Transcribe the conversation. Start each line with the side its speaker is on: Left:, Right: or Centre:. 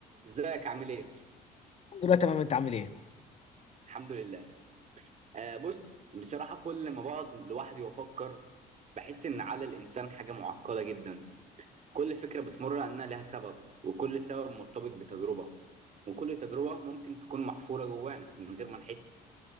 Right: ازيك عامل ايه؟
Left: كله تمام انت عامل ايه
Right: الحمد لله. آه بص بصراحة كل ما بقعد لوحدي وافكر بحس ان عقل الانسان حاجة معقدة جدا. كل فكرة بتمر عنها لها سبب وكل سبب مرتبط بتجربة وكل تجربة ممكن تكون محفورة جوانا من غير ما نحس.